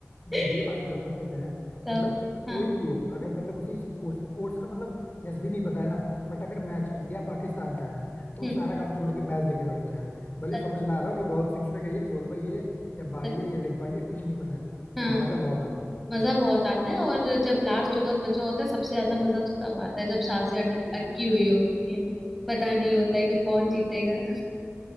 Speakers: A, in the centre; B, on the left (about 40°).
A: है
B: मैं
A: <laughs>
B: ये बात है पता है क्या है
A: तब
B: मतलब
A: हाँ
B: कोई भी हो अगर मतलब उसे स्पोर्ट्स स्पोर्ट्स का मतलब यस भी नहीं पता है ना बट अगर मैच इंडिया पाकिस्तान का है तो
A: हम्म
B: वो सारा काम छोड़ के मैच देखने बैठ जाएगा भले
A: त-
B: समझ ना आ रहा हो कि बॉल सिक्स पे गई है फोर पे गई है या बाई
A: त-
B: है या लेग बाई है कुछ नहीं पता है
A: हाँ
B: बट मजा बहुत आता
A: मजा बहुत आता है और जब लास्ट ओवर बचा होता है सबसे ज्यादा मजा तो तब आता है जब सांसें अटक
B: है
A: अटकी हुई होती है पता नहीं होता है कि कौन जीतेगा